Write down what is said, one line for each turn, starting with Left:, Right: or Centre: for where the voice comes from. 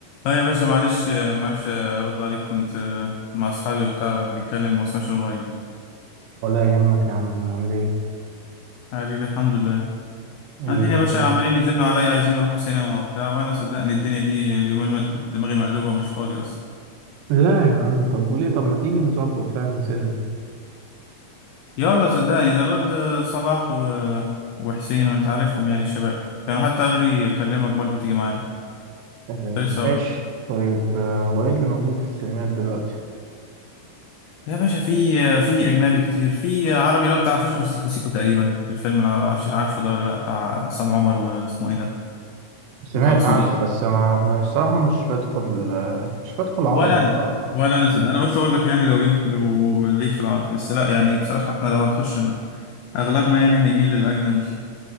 Left: اه يا باشا معلش آه، معرفش ارد عليك كنت آه، مع اصحابي وبتاع بنتكلم وما اسمعش الموبايل
Right: ولا يهمك يا عم عامل ايه
Left: حبيبي الحمد لله
Right: ايه
Left: قاعدين
Right: الاخبار
Left: يا باشا عمالين يزنوا عليا عايزين نروح السينما وبتاع وانا صدقني الدنيا دي اليومين دماغي مقلوبه مش فاضي اصلا
Right: لا يا عم طب وليه طب ما تيجي نظبط فعلا سينما
Left: يلا صدقني ده الواد آه، صلاح و... آه، وحسين وانت عارفهم يعني الشباب كانوا حتى قالوا لي اكلمك برضو تيجي معانا
Right: آه،
Left: كنت لسه
Right: ماشي
Left: اقول
Right: طيب آه، هو ايه اللي موجود في السينمات دلوقتي
Left: يا باشا في آه، في اجنبي كتير في آه، عربي اللي هو بتاع مفيش غير سيكو سيكو تقريبا الفيلم اللي ما اعرفش عارفه ده ولا لا بتاع عصام عمر واسمه ايه ده
Right: سمعت
Left: وطه دسوقي
Right: عنه بس ما الصراحة مش بدخل آه، مش بدخل عربي
Left: ولا انا
Right: الصراحة
Left: ولا انا صدق انا قلت اقول لك يعني لو ايه لو ليك في العربي بس لا يعني بصراحه احنا لو هنخش اغلبنا يعني هيميل للاجنبي